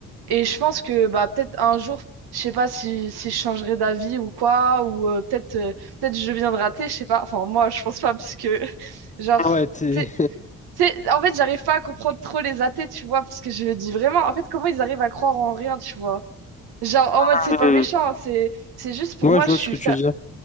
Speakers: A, on the right (about 75°); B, on the left (about 20°).
A: Et je pense que bah, peut-être un jour, je sais pas si, si je changerai d'avis ou quoi, ou euh, peut-être euh, peut-être je viens de rater, je sais pas. Enfin, moi, je pense pas, parce que, <laughs> genre,
B: Ouais, t'es-
A: tu sais- tu sais, en fait, j'arrive pas à comprendre trop les athées, tu vois, parce que je me dis vraiment, en fait, comment ils arrivent à croire en rien, tu vois. Genre, en mode,
B: Hmm.
A: c'est pas méchant, hein, c'est c'est juste pour
B: Ouais,
A: moi,
B: je vois
A: je suis,
B: ce que tu veux dire.